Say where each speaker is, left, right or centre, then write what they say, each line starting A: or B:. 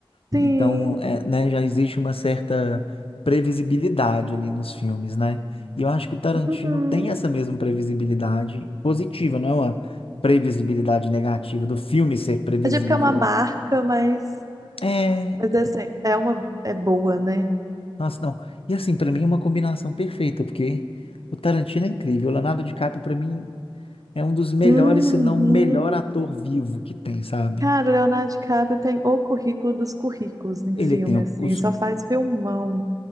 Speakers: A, on the left; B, on the right.
A: Então,
B: Sim.
A: é, né, já existe uma certa previsibilidade ali nos filmes, né? E eu acho que o Tarantino
B: Uhum.
A: tem essa mesma previsibilidade positiva, não é uma previsibilidade negativa do filme ser previsível.
B: É tipo que é uma marca, mas
A: É,
B: mas é assim, é uma é boa, né?
A: nossa, não. E assim, pra mim é uma combinação perfeita, porque o Tarantino é incrível. O Leonardo DiCaprio, pra mim, é um dos melhores,
B: Uhum.
A: se não o melhor ator vivo que tem, sabe?
B: Cara, o Leonardo DiCaprio tem o currículo dos currículos em
A: Ele
B: filme,
A: tem o-
B: assim,
A: os
B: e só faz filmão.